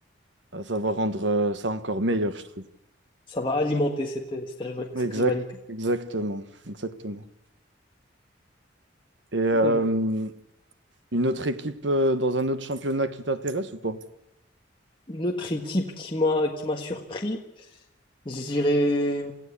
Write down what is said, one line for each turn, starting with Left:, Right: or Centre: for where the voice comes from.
Right: euh, ça va rendre euh, ça encore meilleur, je trouve.
Left: Ça va alimenter cette, cette, riva- cette
Right: Exact,
Left: rivalité.
Right: exactement, exactement. Et euh,
Left: Et bon,
Right: une autre équipe euh, dans un autre championnat qui t'intéresse ou pas?
Left: une autre équipe qui m'a, qui m'a surpris, je dirais,